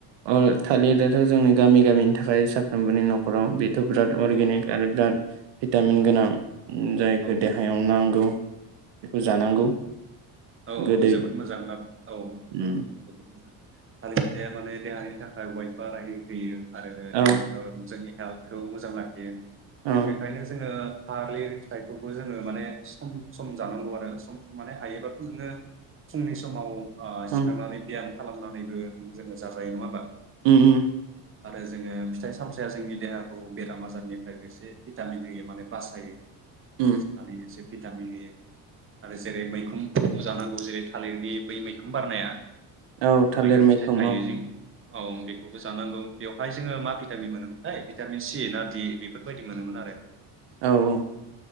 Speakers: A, on the right; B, on the right.
A: अ थालिर दाथ' जोंनि गामि गामिनो था खायो साफ्रोमबोनि न'खराव बि थ' बिराद अरगेनिक
B: औ
A: आरो बिराद भिटामिन गोनां जायखौ
B: औ
A: देहायाव नांगौ बेखौ जानांगौ
B: औ औ औ
A: गोदै
B: जोबोद मोजां ला औ
A: उम
B: जोबोद मोजां थालिर फिथाया माने देहानि थाखाय वैद बाराय होयो। आरो देहाखो
A: औ
B: जोंनि हेल्थखौ मोजां ला खियो
A: औ
B: जों बेखायनो जोंङो थालिर फिथाइखौबो जोंङो माने सम सम जानांगौ आरो। आरो सम सम माने हायोबाथ' नोंङो फुंनि समाव ओ
A: औ उम
B: सिखारनानै बियाम खालामनानैबो जोङो जाजायो नङा होमबा?
A: उम उम
B: आरो जोङो फिथाइ सामथायाइया जोंनि देहाखौ बेराम आजारनिफ्राय एसे भिटामिन होयो माने बासायो।
A: उम
B: बासायनानै एसे भिटामिन होयो आरो जेरै मैखुनफोरखौ जानांगौ जेरै थालिरनि बै मैखुन बारनाया
A: औ थालिर
B: मैखुन
A: मैखोम
B: फिथाइ थायो
A: औ
B: जि औ बेखौबो जानांगौ बेवहाय जोङो मा भिटामिन मोनोमोन है भिटामिन सि ना डि बेफोरबायदि मोनोमोन आरो
A: औ औ